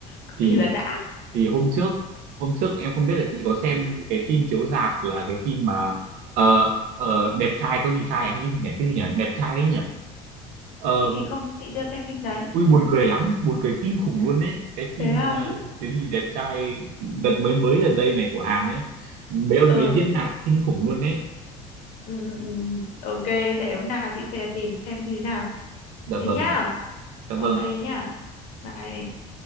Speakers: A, on the left (about 65°); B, on the right (about 60°).
A: cực
B: thì
A: kỳ là đã
B: thì hôm trước hôm trước em không biết là chị có xem cái phim chiếu rạp là cái phim mà ờ, ờ, đẹp trai có gì sai hay cái gì nhỉ cái gì nhỉ đẹp trai ấy nhỉ Ờ,
A: chị chị không chị chưa xem phim đấy
B: ui buồn cười lắm buồn cười kinh khủng luôn đấy cái phim
A: thế à
B: ờ, cái gì đẹp trai đợt mới mới gần đây này của Hàn ấy mấy ông
A: <laughs>
B: ấy diễn
A: ừ
B: đạt kinh khủng luôn đấy
A: ừ ừ ừ, ừ. ok để hôm nào chị sẽ tìm xem như nào
B: dạ
A: thế
B: vâng
A: nhá
B: dạ
A: ok
B: vâng ạ
A: nhá bye em.